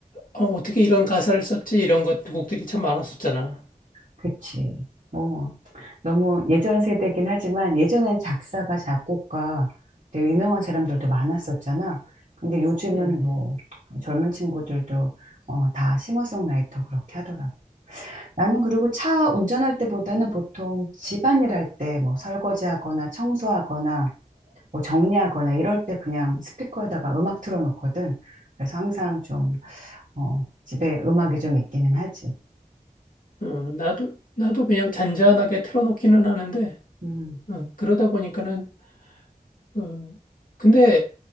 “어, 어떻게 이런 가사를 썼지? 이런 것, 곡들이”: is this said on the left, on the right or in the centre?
Left